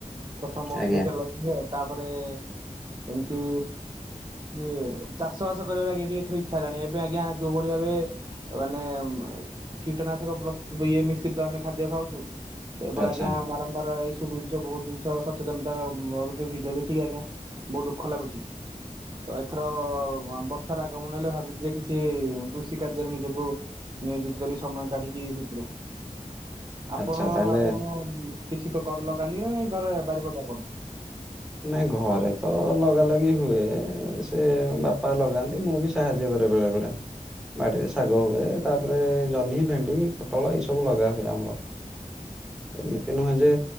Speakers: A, on the right; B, in the centre.
A: ପ୍ରଥମ ମୌସୁମୀ
B: ଆଜ୍ଞା
A: କେରଳ ହ ତାପରେ କେମିତି ଇଏ ଚାଷ ବାସ କର ଆଜ୍ଞା ଟିକେ ଏଥିରୁ ଇଚ୍ଛା ହେଲାଣି ଏବେ ଆଜ୍ଞା ଯୋଉ ଭଳି ଭାବେ ମାନେ କୀଟନାଶକ ପ୍ରସ୍ତୁତ ଇଏ ମିଶ୍ର ତ ଆମେ ଖାଦ୍ୟ ଖାଉଛୁ। ସେପ
B: ଆଚ୍ଛା
A: ଆଜ୍ଞା ବାରମ୍ବାର ଏଇ ସବୁ ଜିନିଷ ବହୁତ ଜିନିଷ ସଚେତନତା ରୂ ଭିଡିଓ ଦେଖିକି ଆଜ୍ଞା ବହୁତ ଦୁଃଖ ଲାଗୁଛି। ତ ଏଥର ବର୍ଷାର ଆଗମନ ହେଲେ ଭାବିଛି ଯେ କିଛି କୃଷି କାର୍ଯ୍ୟରେ ନିଜକୁ ନିୟୋଜିତ କରି ସମୟ କାଢିକି ସେଥିରୁ ଆପଣ
B: ଆଚ୍ଛା ତାହେଲେ
A: ଆପଣ କିଛି କର ଲଗାନ୍ତି କି ନା ନାଇଁ ଘରେ ବାରି ପଟେ ଆପଣ?
B: ନ ଘରେ ତ ଲଗା ଲଗି ହୁଏ ସେ ବାପା ଲଗାନ୍ତି ମୁଁ ବି ସାହାଯ୍ୟ କରେ ବେଳେବେଳେ। ବାଡିରେ ଶାଗ ହୁଏ ତାପରେ ଜହ୍ନି ଭେଣ୍ଡି ପୋଟଳ ଏଇ ସବୁ ଲଗା ହୁଏ ଆମର। ଏମିତି ନୁହେଁ ଯେ